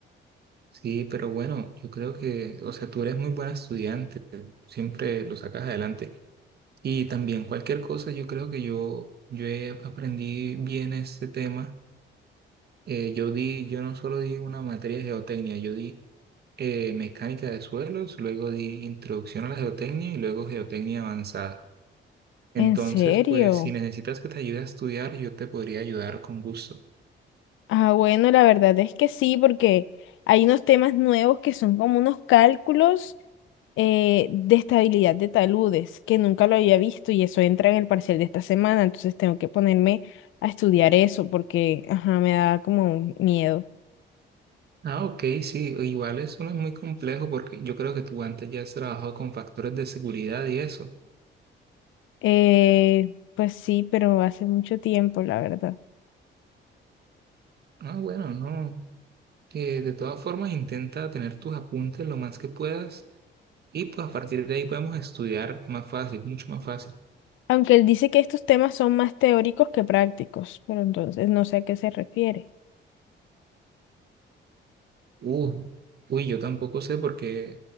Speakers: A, on the right; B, on the left.
A: Sí, pero bueno, yo creo que, o sea, tú eres muy buena estudiante, siempre lo sacas adelante. Y también cualquier cosa, yo creo que yo, yo he- aprendí bien este tema. Eh, yo di, yo no solo di una materia de geotecnia, yo di eh, mecánica de suelos, luego di introducción a la geotecnia y luego geotecnia avanzada. Entonces,
B: ¿En serio?
A: pues si necesitas que te ayude a estudiar, yo te podría ayudar con gusto.
B: Ah, bueno, la verdad es que sí, porque hay unos temas nuevos que son como unos cálculos eh, de estabilidad de taludes, que nunca lo había visto y eso entra en el parcial de esta semana, entonces tengo que ponerme a estudiar eso porque, ajá, me da como miedo.
A: Ah, ok, sí, igual eso no es muy complejo porque yo creo que tú antes ya has trabajado con factores de seguridad y eso.
B: Eh, pues sí, pero hace mucho tiempo, la verdad.
A: Ah, bueno, no. Eh, de todas formas, intenta tener tus apuntes lo más que puedas Y pues a partir de ahí podemos estudiar más fácil, mucho más fácil.
B: Aunque él dice que estos temas son más teóricos que prácticos, pero entonces no sé a qué se refiere.
A: Uh, uy, yo tampoco sé porque